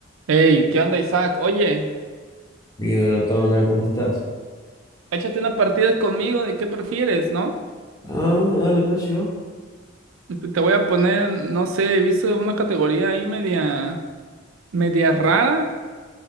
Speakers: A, on the right; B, on the left.
A: Hey, ¿qué onda, Isaac? Oye,
B: Dímelo, Tona, ¿cómo estás?
A: échate una partida conmigo de qué prefieres, ¿no?
B: Ah, bueno, dale, pues yo.
A: Te te voy a poner, no sé, he visto una categoría ahí media, media rara,